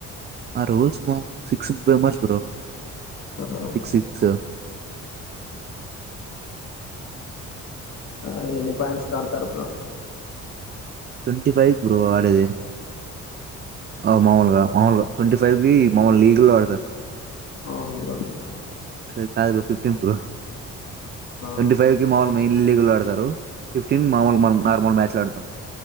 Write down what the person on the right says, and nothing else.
ఆరోజు బామ్ సిక్స్ మెంబెర్స్ బ్రో
సిక్సిక్స్
ట్వంటీ ఫైవ్ బ్రో ఆడేది. ఆ మామూలుగా మామూలుగా ట్వంటీ ఫైవ్ కి మామూలు లీగల్లో ఆడతారు.
ఎ టైల్ ఫిఫ్టీన్ బ్రో
ట్వంటీ ఫైవ్ కి మాముూలు మెయిన్ లీగలు ఆడతారు. ఫిఫ్టీన్ మాముూలు మన నార్మల్ మ్యాచ్లాడుతాం.